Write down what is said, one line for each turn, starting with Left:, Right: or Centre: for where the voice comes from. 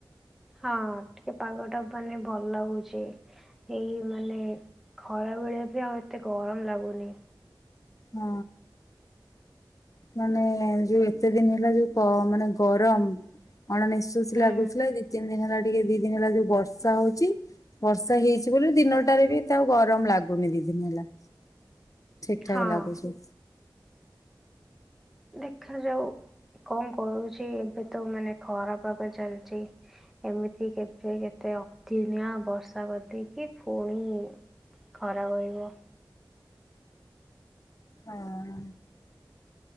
Centre: ହଁ ଟିକେ ପାଗ ଟା ମାନେ ଭଲ ଲାଗୁଚି। ଏଇ ମାନେ ଖରାବେଳେ ବି ଆଉ ଏତେ ଗରମ ଲାଗୁନି।
Left: ହଁ। ମାନେ ଯୋଉ ଏତେ ଦିନ ହେଲା ଯୋଉ ମାନେ ଗରମ। ଅଣ ନିଶ୍ବାସି
Centre: ହୁଁ
Left: ଲାଗୁଥିଲା ଏଇ ଦି ତିନି ଦିନ ହେଲା ଟିକେ ଦି ଦିନ ହେଲା ଯୋଉ ବର୍ଷା ହୋଉଚି ବର୍ଷା ହେଇଚି ବୋଲି ଦିନଟାରେ ବି ଏତେ ଆଉ ଗରମ ଲାଗୁନି ଦିଦିନ ହେଲା। ଠିକ୍ ଠାକ
Centre: ହଁ
Left: ଲାଗୁଚି।
Centre: ଦେଖାଯାଉ କଣ କରୁଚି ଏବେ ତ ମାନେ ଖରାପାଗ ଚାଲିଚି। ଏମିତି କେତେ କେତେ ଅତିନିଆ ବର୍ଷା କରିଚିକି ପୁଣି ଖରା କରିବ।
Left: ଅହଁ।